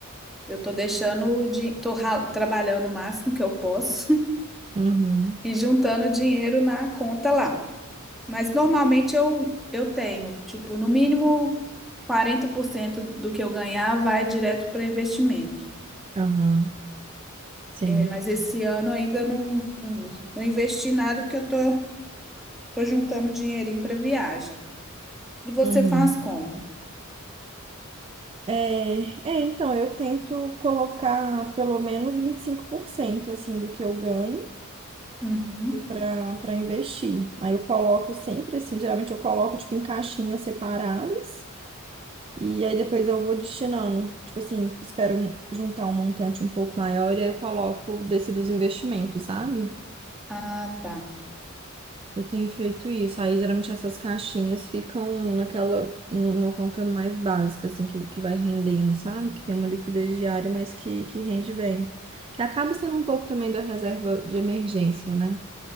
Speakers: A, in the centre; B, on the right (about 25°).
A: Eu tô deixando de, tô ra- trabalhando o máximo que eu posso
B: Uhum,
A: e juntando dinheiro na conta lá. Mas normalmente eu, eu tenho, tipo, no mínimo 40% do que eu ganhar vai direto para investimento.
B: aham, sim.
A: É, mas esse ano ainda não, não investi nada porque eu tô, tô juntando dinheirinho para viagem. E você
B: Uhum.
A: faz como?
B: É, é, então, eu tento colocar pelo menos 25% assim do que eu ganho
A: Uhum.
B: para para investir. Aí eu coloco sempre assim, geralmente eu coloco tipo em caixinhas separadas e aí depois eu vou destinando. Tipo assim, espero um- juntar um montante um pouco maior e aí eu coloco desse dos investimentos, sabe?
A: Ah, tá.
B: Eu tenho feito isso. Aí geralmente essas caixinhas ficam naquela, numa conta mais básica, assim, que, que vai rendendo, sabe? Que tem uma liquidez diária, mas que, que rende bem. Que acaba sendo um pouco também da reserva de emergência, né?